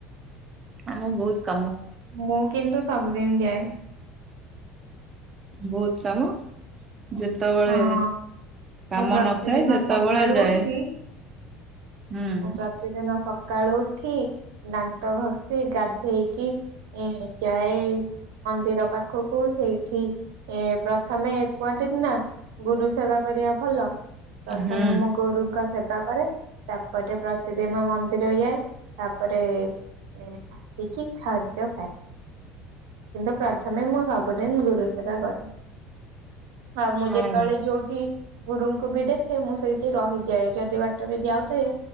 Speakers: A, on the right (about 30°); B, on the right (about 80°).
A: ଆମକୁ ବୋହୁତ କାମ।
B: ମୁଁ କିନ୍ତୁ ସବୁଦିନ ଯାଏ।
A: ବୋହୁତ କାମ ଯେତ ଯେତ ବେଳେ
B: ହଁ ମୁଁ
A: କାମ
B: ପ୍ରତିଦିନ
A: ନଥାଏ ସେତେବେଳେ
B: ସକାଳୁ
A: ଯାଏ।
B: ଉଠି
A: ହୁଁ।
B: ମୁଁ ପ୍ରତିଦିନ ସକାଳୁ ଉଠି ଦାନ୍ତ ଘଷି ଗାଧେଇକି ଉଁ ଯାଇଚି। ମନ୍ଦିର ପାଖକୁ ସେଇଠି ଏ ପ୍ରଥମେ କୁହନ୍ତିନି ନା ଗୁରୁ ସେବା କରିବା ଭଲ ପ୍ରଥମେ
A: ହୁଁ
B: ମୁଁ ଗୁରୁଙ୍କ ସେବା କରେ ତାପରେ ପ୍ରତିଦିନ ମନ୍ଦିର ଯାଏ ତାପରେ ଆସିକି ଖାଦ୍ୟ ଖାଏ। କିନ୍ତୁ ପ୍ରଥମେ ମୁଁ ସବୁଦିନ୍ ଗୁରୁ ସେବା କରେ। ଆଉ ମୁଁ
A: ହଁ।
B: ଯେତେବେଳେ ଯୋଉଠି ଗୁରୁଙ୍କୁ ବି ଦେଖେ ମୁଁ ସେଇଟି ରହିଯାଏ ଯଦି ବାଟରେ ଯାଉଥାଏ